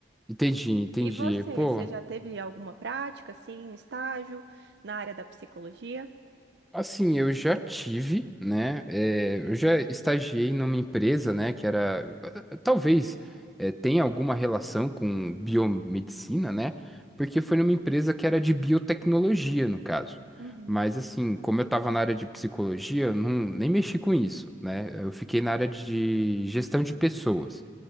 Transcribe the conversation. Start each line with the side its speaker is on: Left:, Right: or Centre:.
Centre: Entendi, entendi.
Right: E você,
Centre: Pô.
Right: você já teve alguma prática, assim, estágio na área da psicologia?
Centre: Assim, eu já tive, né? eh, eu já estagiei numa empresa, né? Que era, eh, talvez, eh, tenha alguma relação com biomedicina, né? Porque foi numa empresa que era de biotecnologia, no caso.
Right: Uhum.
Centre: Mas, assim, como eu estava na área de psicologia, eu não, nem mexi com isso, né? Eu fiquei na área de gestão de pessoas.